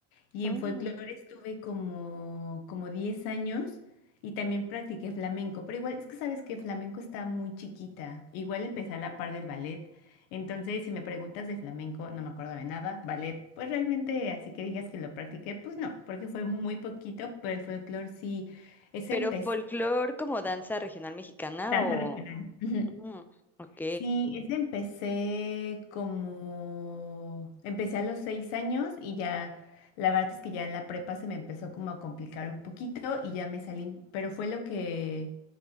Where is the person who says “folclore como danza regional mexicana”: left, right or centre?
Centre